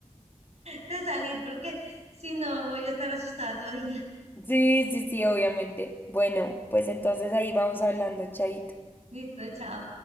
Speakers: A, on the right; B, on the left.
A: de salir porque si no voy a estar asustada todo el día.
B: Sí, sí, sí, obviamente. Bueno, pues entonces ahí vamos hablando, chaito.
A: <laughs> Listo, chao.